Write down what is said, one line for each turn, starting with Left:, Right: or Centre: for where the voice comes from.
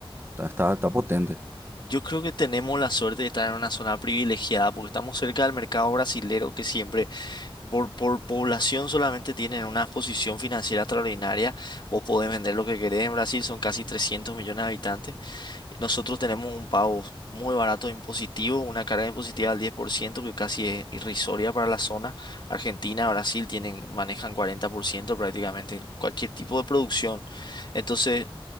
Right: está, está, está potente.
Left: Yo creo que tenemos la suerte de estar en una zona privilegiada porque estamos cerca del mercado brasilero que siempre por, por población solamente tienen una posición financiera extraordinaria. Vos podés vender lo que querés en Brasil, son casi 300 millones de habitantes. Nosotros tenemos un pago muy barato e impositivo, una carga impositiva del 10%, que casi es irrisoria para la zona. Argentina, Brasil tienen, manejan 40% prácticamente en cualquier tipo de producción. Entonces,